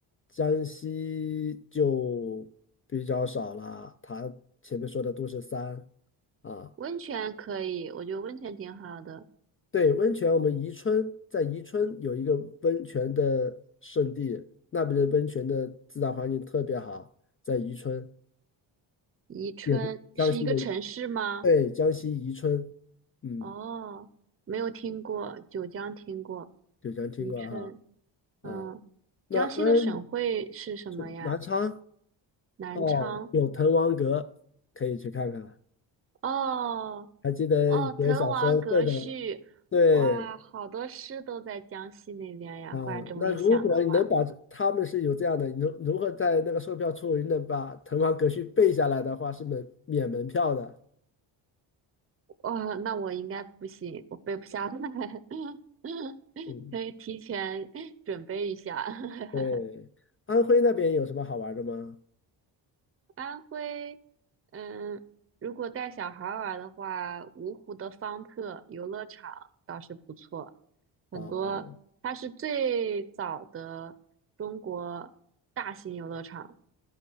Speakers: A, on the left; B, on the right.
A: 江西就比较少了。它前面说的都是山啊，
B: 温泉可以，我觉得温泉挺好的。
A: 对，温泉，我们宜春在宜春有一个温泉的圣地，那边的温泉的自然环境特别好，在宜春
B: 宜春是一个城市吗？
A: 也是江西的。对，江西宜春，嗯，
B: 哦，没有听过，九江听过，
A: 九江听过哈
B: 宜春，嗯，
A: 啊。那安
B: 江西的省会是什么呀？
A: 是南昌
B: 南昌。
A: 哦，有滕王阁可以去看看。
B: 哦
A: 还记得以前小时候会的，
B: 哦，滕王阁序，
A: 对
B: 哇，好多诗都在江西那边呀。
A: 啊。
B: 忽然这么一想的话，
A: 那如果你能把这他们是有这样的，你如如何在那个售票处你能把滕王阁序背下来的话，是门免门票的。
B: 哦，那我应该不行，我背不下来，<laughs>
A: 嗯，
B: 可以提前准备一下。<laughs>
A: 对。安徽那边有什么好玩的吗？
B: 安徽，嗯，如果带小孩儿玩的话，芜湖的方特游乐场倒是不错，很多，
A: 哦
B: 它是最早的中国大型游乐场。